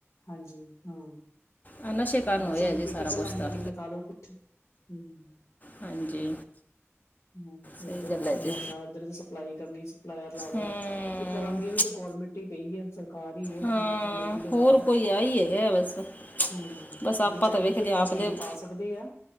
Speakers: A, on the left; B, on the left.
A: ਹਾਂਜੀ ਹਾਂ
B: ਆਹ ਨਸ਼ੇ ਕਾਰਨ
A: ਬਸ
B: ਹੋਇਆ
A: ਓਹੀ
B: ਜੀ
A: ਪੋਲੀਟੀਕਲ
B: ਸਾਰਾ ਕੁਛ
A: ਲਾਈਨ
B: ਤਾਂ
A: ਵਾਲੀ ਲਗਾ ਲਓ, ਹਮ
B: ਹਾਂਜੀ।
A: ਹਾਂ
B: ਸਹੀ
A: ਇੱਧਰ
B: ਗੱਲ
A: -ਉਧਰੋਂ
B: ਹੈ ਜੀ
A: ਨਸ਼ਾ ਇੱਧਰੋ ਵੀ ਸਪਲਾਈ ਕਰਨੀ ਸਪਲਾਇਰ ਲਾ ਲੋ
B: ਹੂੰ
A: ਇਹ ਕਰਾਂਦੀਆ ਵੀ, ਗੌਰਮੈਂਟ ਈ ਪਈ ਹੈ, ਸਰਕਾਰ ਈ ਆ,
B: ਹਾਂ
A: ਜੋ ਮਰਜੀ ਲਗਾ
B: ਹੋਰ
A: ਲੋ
B: ਕੋਈ ਆ ਹੀ ਹੈਗਾ ਬਸ
A: ਹੁ
B: ਬਸ ਆਪਾਂ
A: ਜੇ ਚਾਹਵੇ
B: ਤਾਂ ਵੇਖਦੇ
A: ਤੇ
B: ਆਪਦੇ
A: ਨਕੇਲ ਪਾ ਸਕਦੇ ਆ,